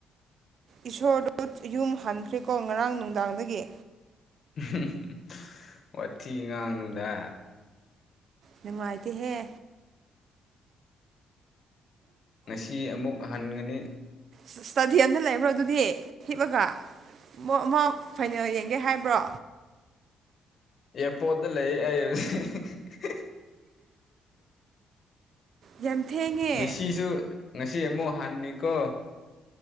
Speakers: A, on the right; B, on the left.
A: ꯏꯁꯣꯔꯗꯨ ꯌꯨꯝ ꯍꯟꯈ꯭ꯔꯦꯀꯣ ꯉꯔꯥꯡ ꯅꯨꯡꯗꯥꯡꯗꯒꯤ
B: <unintelligible> ꯋꯥꯊꯤ ꯉꯥꯡꯅꯨꯗꯥ
A: ꯅꯨꯡꯉꯥꯢꯇꯦꯍꯦ
B: ꯉꯁꯤ ꯑꯃꯨꯛ ꯍꯟꯒꯅꯤ
A: ꯁ ꯁ꯭ꯇꯗꯤꯌꯟꯗ ꯂꯩꯕ꯭ꯔꯣ ꯑꯗꯨꯗꯤ ꯍꯤꯞꯑꯒ ꯃꯣ ꯃꯥ ꯐꯥꯢꯅꯦꯜ ꯌꯦꯡꯒꯦ ꯍꯥꯏꯕ꯭ꯔꯣ
B: ꯑꯦꯌꯥꯔꯄꯣꯔꯠꯇ ꯂꯩ ꯑꯩ ꯍꯨꯖꯤꯛ
A: ꯌꯥꯝ ꯊꯦꯡꯉꯦ
B: ꯃꯦꯁꯤꯁꯨ ꯉꯁꯤ ꯑꯃꯨꯛ ꯍꯟꯅꯤꯀꯣ